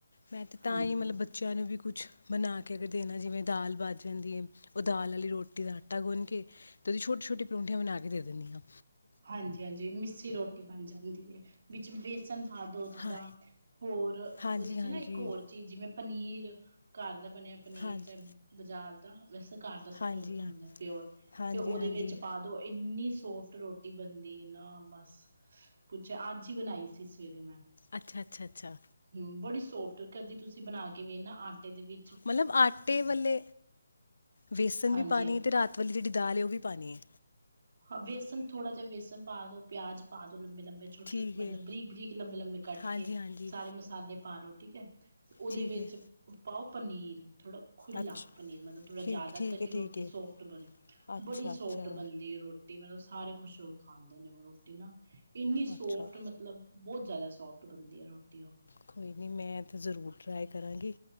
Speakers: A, on the left (about 80°); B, on the right (about 45°).
A: ਮੈਂ
B: ਹਾਂਜੀ
A: ਤ, ਤਾਂ ਈ ਮਤਲਬ
B: ਹਾਂਜੀ
A: ਬੱ ਚਿਆਂ ਨੂੰ ਵੀ ਕੁਛ ਬਣਾ ਕੇ ਅਗਰ ਦੇਣਾ ਏ ਜਿਵੇਂ ਦਾਲ ਬਚ ਜਾਂਦੀ ਏ ਔ ਦਾਲ ਆਲੀ ਰੋਟੀ ਦਾ ਆਟਾ ਗੁੰਨ ਕੇ ਤੇ ਔਦੀ ਛੋਟੀ-ਛੋਟੀ ਪਰੌਂਠਿਆਂ ਬਣਾ ਕੇ ਦੇ ਦਿੰਨੀ ਆਂ।
B: ਹਾਂਜੀ-ਹਾਂਜੀ ਮਿੱਸੀ ਰੋਟੀ ਬਣ ਜਾਂਦੀ ਏ। ਵਿੱਚ ਬੇਸਨ ਪਾ ਦੋ ਥੋੜਾ,
A: ਹਾਂ
B: ਹੋਰ
A: ਹਾਂਜੀ
B: ਔਦੇ 'ਚ
A: ਹਾਂਜੀ
B: ਨਾ ਇੱਕ ਔਰ ਚੀ ਜਿਵੇਂ ਪਨੀਰ, ਘਰ ਦਾ ਬਣਿਆ ਪਨੀਰ
A: ਹਾਂਜੀ
B: ਚਾਏ ਬਜਾਰ ਦਾ ਵੈਸੇ ਘਾਰ ਦਾ ਸਭ
A: ਹਾਂਜੀ
B: ਤੋਂ ਵਧੀਆ
A: ਹਾਂ,
B: ਹੁੰਦੈ ਪਿਔਰ
A: ਹਾਂਜੀ
B: ਤੇ ਔਦੇ
A: ਹਾਂਜੀ
B: ਵਿੱਚ ਪਾ ਦੋ ਏਨੀਂ ਸੋ ਫਟ ਰੋਟੀ ਬਣਦੀ ਏ ਨਾ ਬਸ ਪੁੱਛੋ ਅੱਜ ਈ ਬਣਾਈ ਸੀ ਸਵੇਰੇ ਮੈਂ
A: ਅੱਛਾ-ਅੱਛਾ-ਅੱਛਾ।
B: ਹੂੰ, ਬੜੀ ਸੋਫਟ ਕਦੀ ਤੁਸੀ ਬਣਾ ਕੇ ਵੇਨਾ ਆਂਟੇ ਦੇ ਵੀ
A: ਮਤਲਬ ਆਟੇ ਵਾਲੇ ਵੇਸਣ
B: ਹਾਂਜੀ
A: ਵੀ ਪਾਨੀ
B: ਹਾਂ
A: ਏ ਤੇ ਰਾਤ ਵਾਲੀ ਜੜੀ ਦਾਲ ਏ ਔ ਵੀ ਪਾਨੀ ਏ।
B: ਹ ਵੇਸਨ ਥੋੜਾ ਜਿਆ ਵੇਸਨ ਪਾ ਦੋ, ਪਿਆਜ ਪਾ ਦੋ ਲੰਬੇ-ਲੰਬੇ ਛੋਟੇ-ਛੋਟੇਲ
A: ਠੀਕ ਹੈ
B: ਮਤਲਬ ਬਰੀਕ-ਬਰੀਕ ਲੰਬੇ-ਲੰਬੇ ਕੱਟ
A: ਹਾਂਜੀ
B: ਕੇ
A: ਹਾਂਜੀ
B: ਸਾਰੇ ਮਸਾਲੇ ਪਾ ਲੋ ਠੀਕ ਐ। ਤੇ ਔਦੇ
A: ਠੀਕ
B: ਵਿੱਚ
A: ਹੈ
B: ਪਾਔ ਪਨੀਰ ਥੋੜਾ ਖੁੱਲਾ
A: ਅੱਛਾ
B: ਪਨੀਰ ਮਤਲਬ ਥੋੜਾ
A: ਠੀਕ
B: ਜਿਆਦਾ
A: ਠੀਕ
B: ਤਾਕਿ
A: ਹੈ ਠੀਕ
B: ਰੋਟੀ
A: ਹੈ
B: ਸੋਫਟ ਬਣੇ।
A: ਅੱਛਾ
B: ਬੜੀ ਸੋਫਟ
A: ਅੱਛਾ
B: ਬਣਦੀ ਏ ਰੋ ਟੀ ਮਤਲਬ ਸਾਰੇ ਖੁਸ਼ ਹੋ ਕੇ ਖਾਂਦੇ ਨੇ ਉਹ ਰੋਟੀ ਨਾ, ਇੰਨੀ ਸੋਫਟ
A: ਅੱਛਾ
B: ਮਤਲਬ ਬੋਤ ਜ਼ਿਆਦਾ ਸੋਫਟ ਬਣਦੀ ਏ ਰੋਟੀ ਔ।
A: ਕੋਈ ਨੀ ਮੈਂ ਤ ਜ਼ਰੂਰ ਟਰਾਈ ਕਰਾਂਗੀ